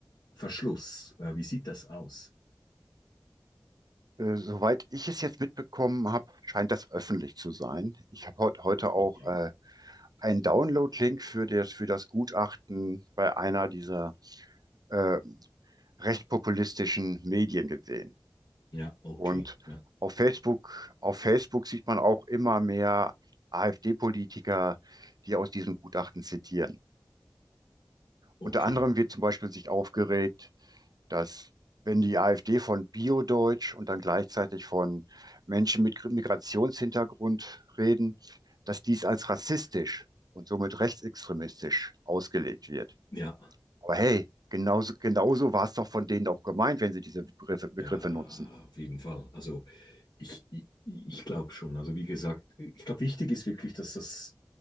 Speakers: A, on the left; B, on the right.
A: Verschluss. Äh, Wie sieht das aus?
B: Äh, Soweit ich es jetzt mitbekommen habe, scheint das öffentlich zu sein. Ich habe heut, heute auch
A: Okay.
B: äh, einen Download-Link für das, für das Gutachten bei einer dieser äh, recht populistischen Medien gesehen.
A: Ja, okay.
B: Und
A: Ja,
B: auf Facebook, auf Facebook sieht man auch immer mehr AfD-Politiker, die aus diesem Gutachten zitieren.
A: okay.
B: Unter anderem wird zum Beispiel sich aufgeregt, dass wenn die AfD von Bio-Deutsch und dann gleichzeitig von Menschen mit Migrationshintergrund reden, dass dies als rassistisch und somit rechtsextremistisch ausgelegt wird.
A: Ja.
B: Aber hey, genauso, genauso war es doch von denen auch gemeint, wenn sie diese Begriffe, Begriffe
A: Ja,
B: nutzen.
A: auf jeden Fall. Also ich, ich, ich glaube schon. Also wie gesagt, ich glaube, wichtig ist wirklich, dass das